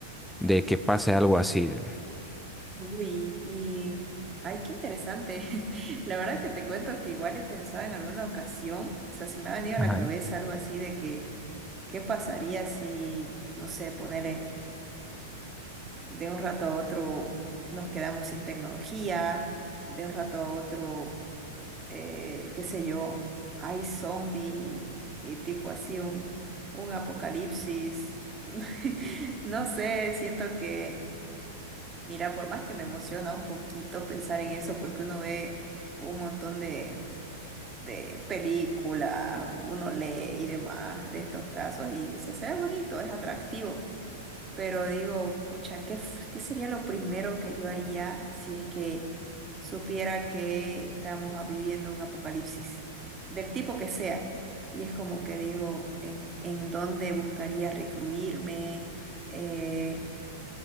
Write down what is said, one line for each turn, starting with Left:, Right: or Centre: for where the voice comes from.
Centre: de que pase algo así?
Right: Uy, y ay, qué interesante. <laughs> La verdad que te cuento que igual he pensado en alguna ocasión, o sea, se me ha venido a
Centre: Ajá.
Right: la cabeza algo así de que, ¿qué pasaría si, no sé, ponerle de un rato a otro nos quedamos sin tecnología, de un rato a otro eh, qué sé yo, hay zombies y, y tipo así un, un apocalipsis. <laughs> No sé, siento que, mira, por más que me emociona un poquito pensar en eso, porque uno ve un montón de, de películas, uno lee y demás de estos casos, y o sea, se ve bonito, es atractivo. Pero digo, pucha, ¿qué, f- qué sería lo primero que yo haría si es que supiera que estamos ah, viviendo un apocalipsis, del tipo que sea? Y es como que digo, ¿en, en dónde buscaría recluirme? Eh,